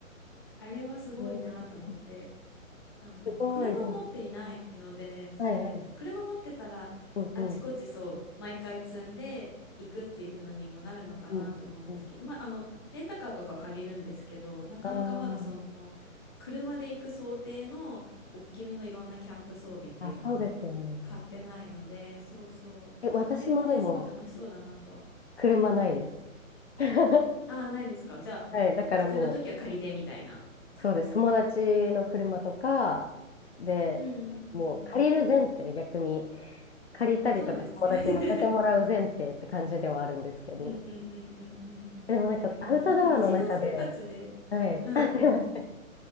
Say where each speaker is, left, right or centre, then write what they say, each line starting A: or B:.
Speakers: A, on the left; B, on the left.
A: あれはすごいなと思って
B: ねえ
A: あの、
B: すごい、
A: 車を持っていないので、
B: でも、
A: そう、
B: はいはい。
A: 車持ってたら、
B: うんうん。
A: あちこちそう、毎回積んでいくっていうのにもなるのかなと思うんですけど、
B: うん、うん。
A: まあ、あの、レンタカーとか借りるんですけど、なかなかまだその、
B: あ
A: 車で行く想定の大きめのいろんなキャンプ装備っていうのは
B: あ、あ、そうですよね。
A: 買ってないので、そうそう、
B: え、私もでも、
A: まあ、あれもあれですごい楽しそうだなとは。
B: 車ないです。<laughs>
A: ああ、ないですか。じゃあ、
B: はい、だからも
A: 必要な時は借りてみたいな。
B: う、そうです。友達の車とか、で、
A: うんうんうんうん。
B: もう借りる前提、逆に。借りたりとか、
A: そうですよね。
B: 友達に乗せてもらう前提って感じではあるんですけど。
A: <laughs> うんうんうんうんうん。
B: でもなんか、
A: わかります。
B: アウトドアの中で、
A: なんか日常生活で、
B: はい。
A: うんうん。
B: あ、すいません。